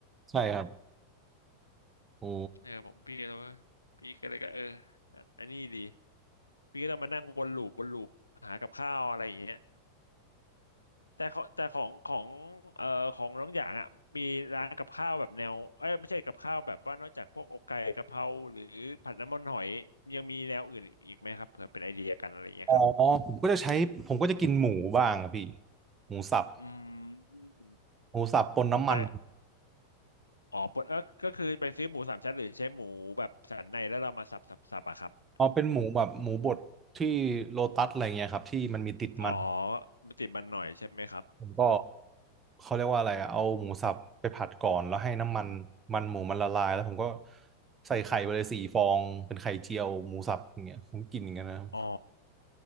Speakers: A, on the right; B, on the left.
A: ใช่ครับ
B: เออ
A: โอ้
B: เออผมพี่ก็เลยว่าพี่ก็เลยก็เอออันนี้ดี พี่ก็ต้องมานั่งวนลูปวนลูปหากับข้าวอะไรอย่างเงี้ยแต่เขาแต่ของของเอ่อของน้องอยางอ่ะมีร้านกับข้าวแบบแนวเอ้ยไม่ใช่กับข้าวแบบว่านอกจากพวกอกไก่กะเพราหรือผัดน้ำมันหอยยังมีแนวอื่นอีกไหมครับเผื่อเป็นไอเดียกันอะไรอย่างเงี้ยครับ
A: อ๋อผมก็จะใช้ผมก็จะกินหมูบ้างอะพี่หมูสับ
B: อืม
A: หมูสับปนน้ำมัน
B: แต่อ๋อปกก็ก็คือไปซื้อหมูสามชั้นหรือใช้หมูแบบสันในแล้วเรามาสับสับสับอะครับ
A: เอาเป็นหมูแบบหมูบดที่โลตัสอะไรเงี้ยครับที่มันมีติดมัน
B: อ๋อมันติดมันหน่อยใช่ไหมครับ
A: ผมก็เขาเรียกว่าอะไรอะเอาหมูสับไปผัดก่อนแล้วให้น้ำมันมันหมูมันละลายแล้วผมก็ใส่ไข่ไปเลยสี่ฟองเป็นไข่เจียวหมูสับอย่างเงี้ยผมกินอย่างเงี้ยนะครับ
B: อ๋อ